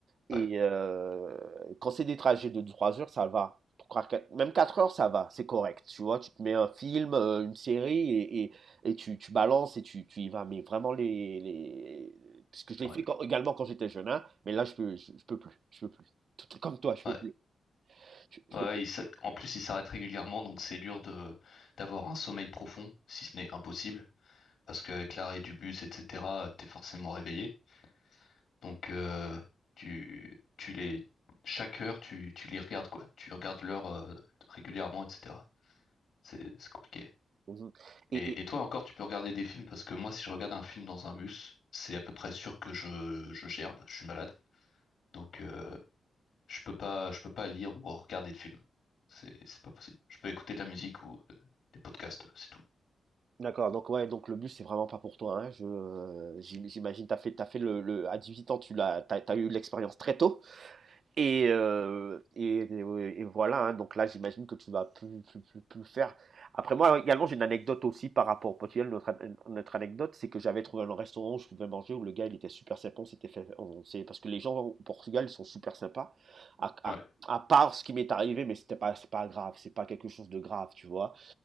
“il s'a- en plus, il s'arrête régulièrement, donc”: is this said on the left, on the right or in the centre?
Left